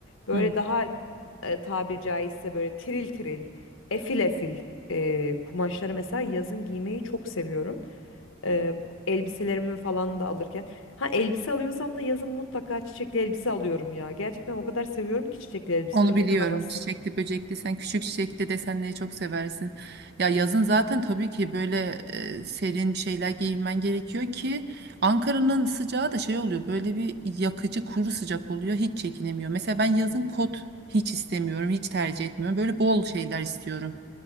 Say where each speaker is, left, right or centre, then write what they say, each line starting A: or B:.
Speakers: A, on the left; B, on the right.
A: Böyle
B: Hı.
A: daha e, tabir caizse böyle tiril tiril, efil efil e, kumaşları mesela yazın giymeyi çok seviyorum. E, elbiselerimi falan da alırken. Ha elbise alıyorsam da yazın mutlaka çiçekli elbise alıyorum ya. Gerçekten o kadar seviyorum ki çiçekli elbise.
B: Onu
A: İnanamazsın.
B: biliyorum. Çiçekli, böcekli. Sen küçük çiçekli desenleri çok seversin. Ya yazın zaten tabii ki böyle e, serin bir şeyler giymen gerekiyor ki Ankara'nın sıcağı da şey oluyor. Böyle bir yakıcı kuru sıcak oluyor. Hiç çekinemiyor. Mesela ben yazın kot hiç istemiyorum. Hiç tercih etmiyorum. Böyle bol şeyler istiyorum.